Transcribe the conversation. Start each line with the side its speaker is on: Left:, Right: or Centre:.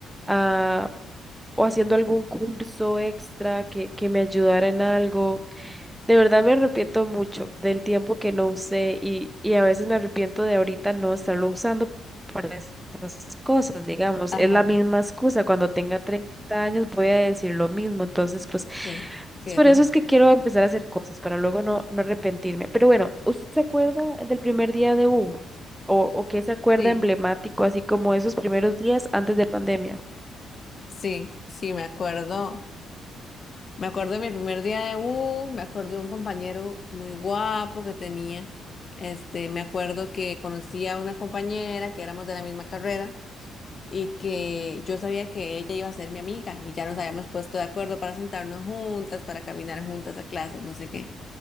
Centre: ah, o haciendo algún curso extra que, que me ayudara en algo. De verdad me arrepiento mucho del tiempo que no usé y, y a veces me arrepiento de ahorita no estarlo usando para esas cosas, digamos.
Left: Ajá,
Centre: Es la misma excusa. Cuando tenga 30 años voy a decir lo mismo. Entonces, pues,
Left: sí, sí,
Centre: es
Left: de
Centre: por
Left: fijo.
Centre: eso es que quiero empezar a hacer cosas para luego no, no arrepentirme. Pero bueno, ¿usted se acuerda del primer día de U? ¿O, o qué se acuerda
Left: Sí,
Centre: emblemático, así como esos primeros días antes de pandemia?
Left: sí, sí, me acuerdo. Me acuerdo de mi primer día de U, me acuerdo de un compañero muy guapo que tenía. Este, me acuerdo que conocí a una compañera que éramos de la misma carrera y que yo sabía que ella iba a ser mi amiga y ya nos habíamos puesto de acuerdo para sentarnos juntas, para caminar juntas a clases, no sé qué.